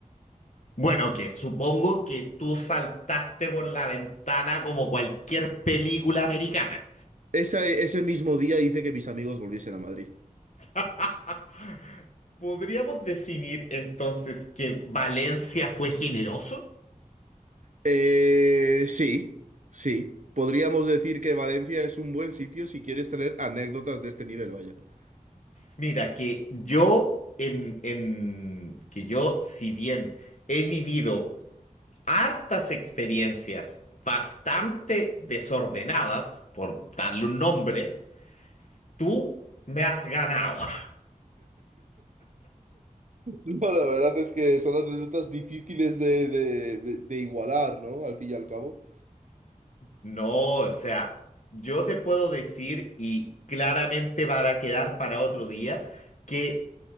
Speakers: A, on the left; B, on the right.
A: Bueno, que supongo que tú saltaste por la ventana como cualquier película americana.
B: Esa- ese mismo día hice que mis amigos volviesen a Madrid.
A: <laughs> ¿Podríamos definir entonces que Valencia fue generoso?
B: Eh, sí, sí. Podríamos decir que Valencia es un buen sitio si quieres tener anécdotas de este nivel, vaya. <laughs>
A: Mira, que yo en, en que yo, si bien he vivido hartas experiencias bastante desordenadas, por darle un nombre, tú me has ganado. <laughs>
B: No, la verdad es que son anécdotas difíciles de, de- de- de igualar, ¿no? Al fin y al cabo.
A: No, o sea, yo te puedo decir, y claramente va a quedar para otro día, que